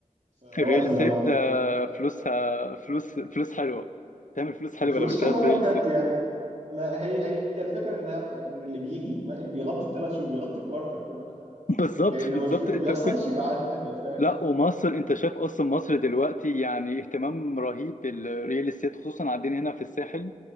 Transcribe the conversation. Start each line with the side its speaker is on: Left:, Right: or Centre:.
Right: في
Left: الريل
Right: وقت الجامعه
Left: استيت آه، فلوسها فلوس فلوس حلوة تعمل فلوس حلوة
Right: الفلوس
Left: لو اشتغلت
Right: حلوه
Left: في
Right: لو
Left: الريل
Right: جت
Left: استيت
Right: يعني ما هي هي الفكره ان ان اللي بيجي ماشي بيغطي الثلاث شهور بيغطي الكوارتر كله
Left: بالظبط
Right: لان
Left: بالظبط
Right: ما في ما
Left: انت
Right: بيحصلش
Left: ممكن
Right: ميعاد تانية فاهم
Left: لا ومصر انت شايف اصلا مصر دلوقتي يعني اهتمام رهيب بالريال استيت خصوصا عندنا هنا في الساحل